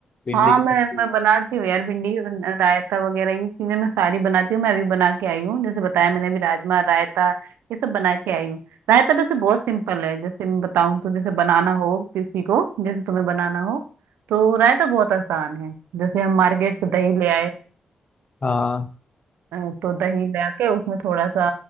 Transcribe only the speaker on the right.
हाँ
मैं
मैं बनाती हूँ यार भिंडी का बन- रायता वगैरह ये चीजें मैं सारी बनाती हूँ मैं अभी बना के आई हूँ जैसे बताया मैंने अभी राजमा रायता ये सब बना के आई हूँ रायता वैसे बहुत सिंपल है जैसे मैं बताऊँ तो जैसे बनाना हो किसी को जैसे तुम्हें बनाना हो तो रायता बहुत आसान है जैसे हम मार्केट से दही ले आए
अ, तो दही ले आके उसमें थोड़ा सा